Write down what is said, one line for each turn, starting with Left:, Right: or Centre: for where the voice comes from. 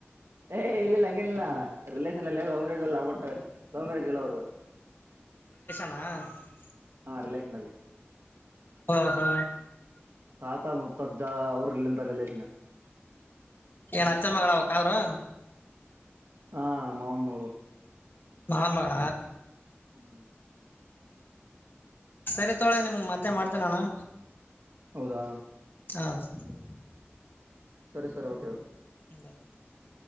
Right: ಏ ಇಲ್ಲ ಹಂಗಿಲ್ಲ ರಿಲೇನ್ ಅಲ್ಲ ಹಮ್ರಲ್ಲ ಆಬಿಟ್ಟಲ್ಲ ಲವ್ ಮ್ಯಾರೇಜ್ ಇಲ್ಲ ಅವದು
Left: ಹ
Right: ಹ ರಿಲೇಟ್ ನಲ್ಲಿ
Left: ಹಾ ಹಾ
Right: ತಾತ ಮುತ್ತಜ್ಜ <unintelligible>
Left: ಏನ್ ಅತ್ತೆ ಮ್ಮಗಳ ಅವಕ್ಕ ಅವರು
Right: ಹಾ ಮಾವನ ಮಗಳು
Left: ಮಾವನ ಮಗಳ
Right: ಹ್ಮ್
Left: ಸರಿ ತೋಳೆ ನಿಮ್ಗೆ ಮತ್ತೆ ಮಾಡ್ತೇನೆ ನಾನು
Right: ಹೌದಾ
Left: ಹ ಸರಿ
Right: ಸರಿ ಸರಿ ಓಕೆ
Left: <unintelligible>